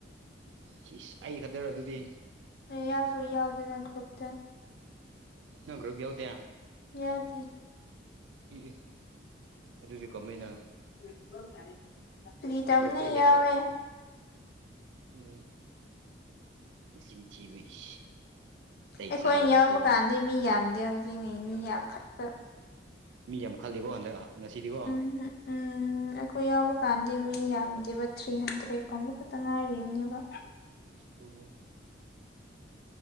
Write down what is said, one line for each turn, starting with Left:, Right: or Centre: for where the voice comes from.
Right: ꯁꯤꯁ ꯑꯩ ꯈꯛꯇꯔꯣ ꯑꯗꯨꯗꯤ
Left: ꯑꯩ ꯌꯥꯎꯁꯨ ꯌꯥꯎꯗꯅ ꯀꯧꯔꯛꯇꯦ
Right: ꯅꯪ ꯒ꯭ꯔꯨꯞ ꯌꯥꯎꯗꯦ
Left: ꯌꯥꯎꯗꯦ
Right: ꯑꯦꯑꯦ ꯑꯗꯨꯗꯤ ꯀꯃꯥꯏꯅ
Left: <inaudible> ꯐꯥꯒꯤ ꯇꯧꯕꯅꯦ
Right: ꯒ꯭ꯔꯨꯞꯇ ꯑꯦꯠꯇ
Left: ꯌꯥꯎꯋꯦ
Right: ꯎꯝ ꯅꯆꯤꯟ ꯊꯤꯕ ꯏꯁ ꯆꯩ
Left: ꯑꯩꯈꯣꯏ
Right: ꯆꯥꯗꯅ
Left: ꯌꯥꯎꯕ
Right: ꯇꯣꯛꯀꯅꯤ
Left: ꯀꯥꯟꯗꯤ ꯃꯤ ꯌꯥꯝꯗꯦ ꯍꯧꯖꯤꯛꯅ ꯃꯤ ꯌꯥꯝꯈꯠꯄ
Right: ꯃꯤ ꯋꯥꯝꯈꯠꯂꯤꯀꯣ ꯍꯟꯗꯛ ꯉꯁꯤꯗꯤꯀꯣ
Left: ꯎꯝ ꯎꯝ ꯑꯩꯈꯣꯏ ꯌꯥꯎꯕ ꯀꯥꯟꯗꯤ ꯃꯤ ꯌꯥꯝꯗꯦꯕ ꯊ꯭ꯔꯤ ꯍꯟꯗ꯭ꯔꯦꯠꯗꯀꯨꯝꯕ ꯈꯛꯇ ꯉꯥꯏꯔꯤꯕꯅꯦꯕ
Right: ꯑꯣ